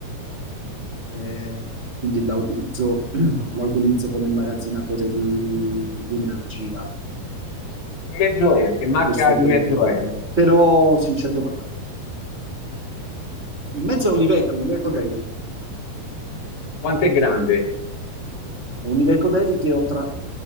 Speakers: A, on the right; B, on the left.
A: Eh, quindi la utilizzo, <clears throat> la utilizzo come immagazzinatore di, di energia.
B: Che mezzo è? Che marca
A: Questo
B: di
A: per,
B: mezzo
A: eh,
B: è?
A: però, sincero, in mezzo a un Iveco, un Iveco Daily.
B: Quanto è grande?
A: Univecodelli che ho tra...